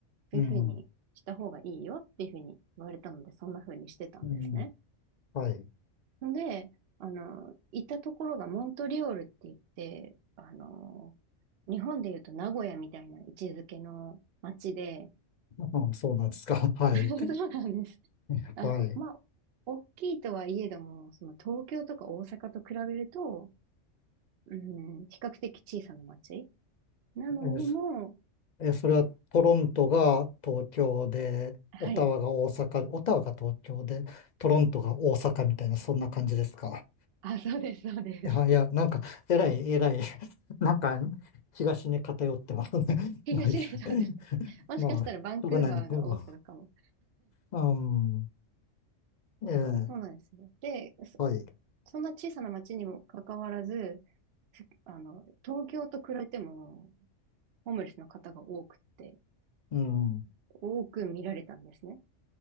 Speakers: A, on the right (about 65°); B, on the left (about 50°).
A: そういうふうにした方がいいよっていうふうに言われたので、
B: うん。
A: そんなふうにしてたんですね。
B: うん。はい。
A: ので、あの、行ったところがモントリオールって言って、あの、日本で言うと名古屋みたいな位置づけの街で、
B: ああ、そうなんですか。<laughs> はい。
A: <laughs> そうなんです。
B: は
A: あ、
B: い。
A: まあ、大きいとはいえども、その東京とか大阪と比べると、うん、比較的小さな町なのにも、
B: え、そえ、それはトロントが東京で、
A: はい。
B: オタワが大阪、オタワが東京で、トロントが大阪みたいな、そんな感じですか。
A: あ、そうです、そうです。
B: あ、いや、なんか、えらい、えらい、<laughs> なんか、東に偏ってますね。
A: 東で、
B: <laughs> まあ、いいや
A: そうです。
B: <laughs>
A: もしかしたらバンクーバーが大阪かも。
B: まあ、しょうがないのか。うん、うんええ、
A: そうなんですね。で、そ、
B: はい。
A: そんな小さな町にもかかわらず、ふあの、東京と比べても、ホームレスの方が多くて、
B: うん、
A: 多く見られたんですね。